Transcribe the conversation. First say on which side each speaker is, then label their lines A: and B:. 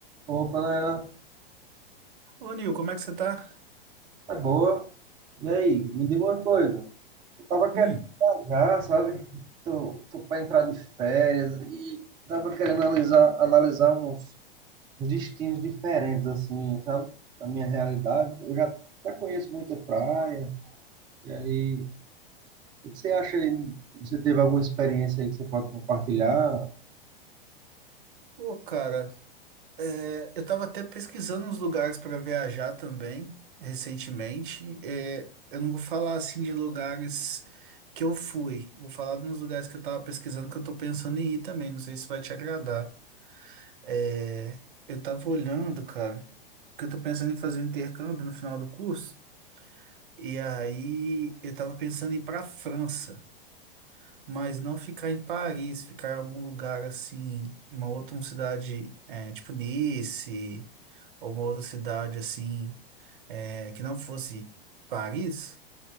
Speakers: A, on the right; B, on the right.
A: Opa, né?
B: Ô, Nil, como é que você tá?
A: É boa. E aí, me diga uma coisa. Eu tava querendo
B: Hum,
A: viajar, sabe? Tô, tô pra entrar de férias e tava querendo analisar, analisar uns, uns destinos diferentes, assim, sabe? Da minha realidade. Eu já, já conheço muita praia. E aí, o que você acha aí? Você teve alguma experiência aí que você pode compartilhar?
B: pô, cara, é, eu tava até pesquisando uns lugares pra viajar também, recentemente. É, eu não vou falar assim de lugares que eu fui, vou falar de uns lugares que eu tava pesquisando que eu tô pensando em ir também. Não sei se vai te agradar. É, eu tava olhando, cara, porque eu tô pensando em fazer um intercâmbio no final do curso, e aí eu tava pensando em ir pra França. mas não ficar em Paris, ficar em algum lugar assim, uma outra uma cidade é, tipo Nice, ou uma outra cidade assim, é, que não fosse Paris,